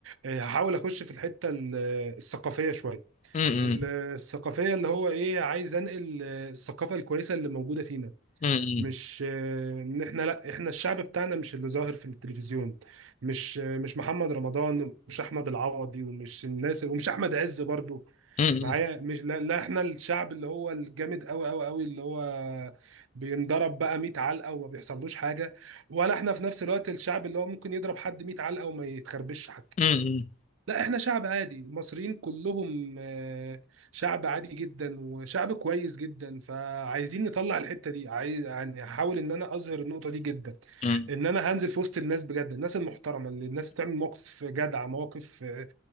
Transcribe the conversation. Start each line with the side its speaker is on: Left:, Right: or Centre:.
Right: آه، هحاول اخش في الحته ال- الثقافيه شويه
Left: م-
Right: الثقافية اللي هو ايه عايز انقل آه، الثقافة الكويسة اللي موجودة فينا
Left: م-
Right: مش آه، ان احنا لا احنا الشعب بتاعنا مش اللي ظاهر في التلفزيون مش آه، مش محمد رمضان ومش احمد العوضي ومش الناس ومش احمد عز برضو
Left: م- م-
Right: معايا مش لا, لا احنا الشعب اللي هو الجامد قوي قوي قوي اللي هو بينضرب بقى 100 علقة وما بيحصلوش حاجة ولا احنا في نفس الوقت الشعب اللي هو ممكن يضرب حد 100 علقة وما يتخربش حتى
Left: م-
Right: لا احنا شعب عادي المصريين كلهم آه، شعب عادي جدا وشعب كويس جدا فعايزين نطلع الحتة دي عايز يعني هحاول ان انا اظهر النقطة دي جدا
Left: م-
Right: ان انا هنزل في وسط الناس بجد الناس المحترمة اللي الناس تعمل مواقف جدعة مواقف آه،